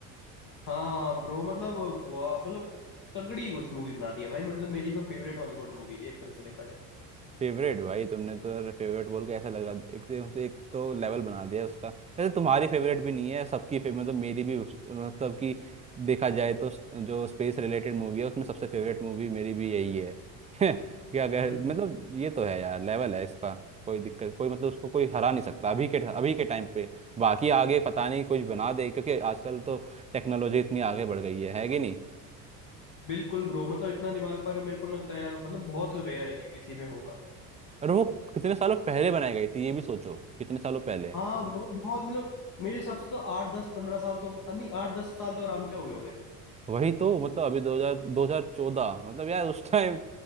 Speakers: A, on the left (about 45°); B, on the right (about 15°).
A: हाँ ब्रो मतलब हुआ मतलब तगड़ी कुछ मूवी बना दी है भाई मतलब मेरी तो फेवरेट हॉलीवुड मूवी है एक तरह से देखा जाए
B: फेवरेट भाई तुमने तो यार फेवरेट बोल के ऐसा लगा एक तो एक तो लेवल बना दिया उसका वैसे तुम्हारी फेवरेट भी नहीं है सबकी फेवरेट मतलब मेरी भी उस- मतलब कि देखा जाए तो स- जो स्पेस रिलेटेड मूवी है उसमें सबसे फेवरेट मूवी मेरी भी यही है <laughs> क्या कह
A: हम्म।
B: मतलब ये तो है यार लेवल है इसका कोई दिक्कत कोई मतलब उसको कोई हरा नहीं सकता अभी के अभी के टाइम पे बाकी आगे पता नहीं कुछ बना दे क्योंकि आजकल तो टेक्नोलॉजी इतनी आगे बढ़ गई है है कि नहीं
A: बिल्कुल ब्रो मतलब इतना दिमाग पर मेरे को लगता है यार मतलब बहुत रेयर है कि किसी में होगा
B: और वो कितने सालों पहले बनाई गई थी ये भी सोचो कितने सालों पहले
A: हाँ ब्रो बहुत मतलब मेरे हिसाब से तो आठ दस पंद्रह साल तो नहीं आठ दस साल तो आराम से हो गए उन्हें
B: वही तो मतलब अभी 2000 2014 मतलब यार उस टाइम